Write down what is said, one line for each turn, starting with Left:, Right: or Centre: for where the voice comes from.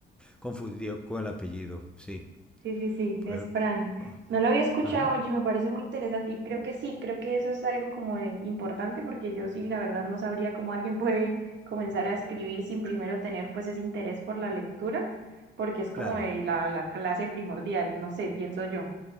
Centre: confundido con el apellido, sí.
Right: Sí, sí, sí, es
Centre: Eh, p-
Right: Fran.
Centre: oh,
Right: No lo había escuchado,
Centre: ajá.
Right: oye, me parece muy interesante y creo que sí, creo que eso es algo como de importante porque yo sí, la verdad, no sabría cómo alguien <laughs> puede comenzar a escribir sin primero tener pues ese interés por la lectura, porque es
Centre: Claro,
Right: como de la, la clase primordial, no sé, pienso yo.